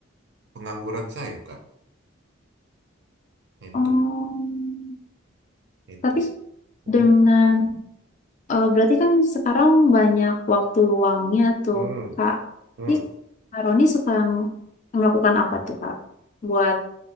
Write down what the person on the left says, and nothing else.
Oh,
Tapi
dengan eh, berarti kan sekarang banyak waktu luangnya tuh
kak.
Jadi Kak Roni suka melakukan apa tuh kak? Buat